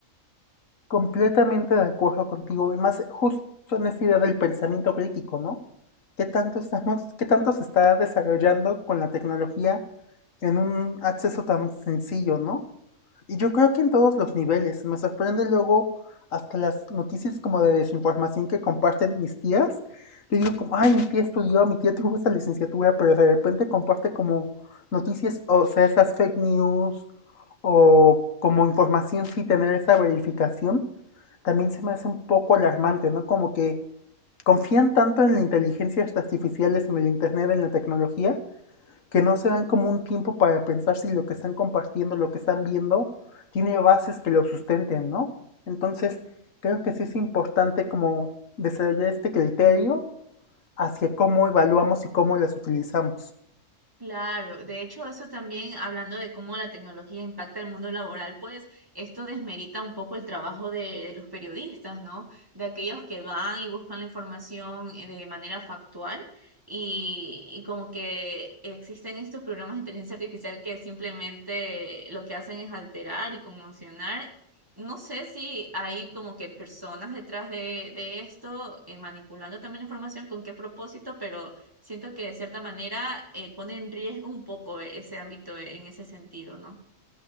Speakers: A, on the left; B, on the right.
A: Completamente de acuerdo contigo, y más justo en esa idea del pensamiento crítico, ¿no? ¿Qué tanto estamos, qué tanto se está desarrollando con la tecnología en un acceso tan sencillo, ¿no? Y yo creo que en todos los niveles. Me sorprende luego hasta las noticias como de desinformación que comparten mis tías. Yo digo como, ay, mi tía estudió, mi tía tuvo esa licenciatura, pero de repente comparte como noticias, o sea, esas fake news o como información sí tener esa verificación, también se me hace un poco alarmante, ¿no? Como que confían tanto en las inteligencias artificiales, en el Internet, en la tecnología, que no se dan como un tiempo para pensar si lo que están compartiendo, lo que están viendo, tiene bases que lo sustenten, ¿no? Entonces, creo que sí es importante como desarrollar este criterio hacia cómo evaluamos y cómo las utilizamos.
B: Claro, de hecho eso también, hablando de cómo la tecnología impacta el mundo laboral, pues esto desmerita un poco el trabajo de, de los periodistas, ¿no? De aquellos que van y buscan la información eh, de manera factual y, y como que existen estos programas de inteligencia artificial que simplemente lo que hacen es alterar y conmocionar. No sé si hay como que personas detrás de, de esto eh, manipulando también la información, con qué propósito, pero... Siento que de cierta manera eh, pone en riesgo un poco e-, ese ámbito e-, en ese sentido, ¿no?